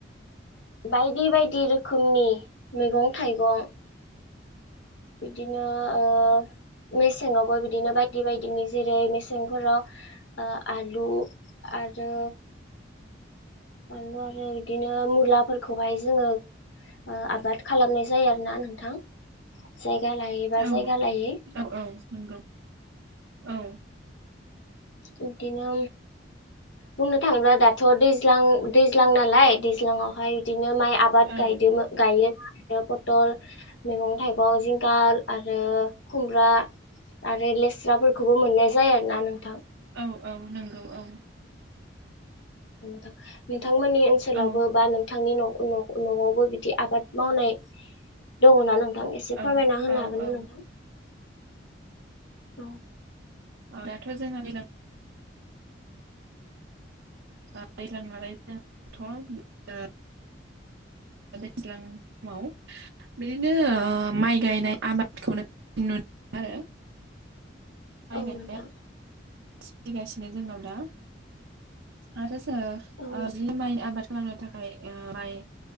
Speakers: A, on the left (about 75°); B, on the right (about 85°).
A: बायदि बायदि रोखोमनि मैगं थाइगं बिदिनो ओ मेसेंवाबो बिदिनो बायदि बायदिनि जेरै मेसेंफोराव ओ आलु आरो बानलु आरो बिदिनो मुलाफोरखौहाय जोंङो आबाद खालामनाय जायो आरोना नोंथां जाय जानाय बा
B: औ
A: जायगा लायै
B: औ औ नंगौ औ
A: बिदिनो बुंनो थांङोब्ला दाथ' दैज्लां दैज्लां नालाय दैज्लां नालाय बिदिनो माइ आबाद
B: औ
A: गायदों गायो। आरो पथल मैगं थाइगं जिंगाल आरो खुमब्रा आरो लेस्राफोरखौबो मोननाय जायो आरोना नोंथां।
B: औ औ नंगौ औ
A: थां नोंथांमोननि ओनसोलावबो
B: औ
A: बा नोंथांनि न' न'आवबो बिदि आबाद मावनाय दङ ना नों- -थां एसे फोरमायना
B: औ
A: होनो
B: औ
A: हागोन
B: औ
A: नोंथां औ
B: दाथ' जोंहा दैज्लां दैज्लां नालाय जथ' ओ
A: <inaudible>
B: दैज्लां समाव बिदिनो माइ गायनाय आबादखौनो नुनो आरो माइ
A: औ
B: गायनाया
A: नोंथां
B: सोलिगासिनो जोंनाव दा आरो जोङो
A: औ नोंथां
B: बि माइ आबाद खालामनो थाखाय ओ माइ